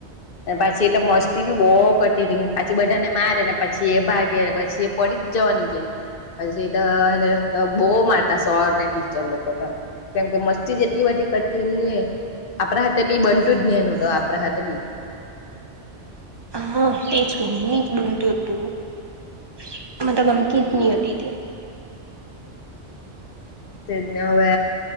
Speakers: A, on the left; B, on the right.
A: પછી એ તો મસ્તી બી બહુ <unintelligible> પછી બધાને મારે ને પછી એ ભાગે પછી એ પડી. જવાની છે, પછી બહ મારતા સો ટીચર લોકો તો. કેમ કે મસ્તીજ એટલી બધી <unintelligible> આપણા હાથે બી બનતું જ ન એનું તો આપણા હાથે બી.
B: હા તેજ ક નની જ. <unintelligible> હોતી હતી
A: <unintelligible> હમણાં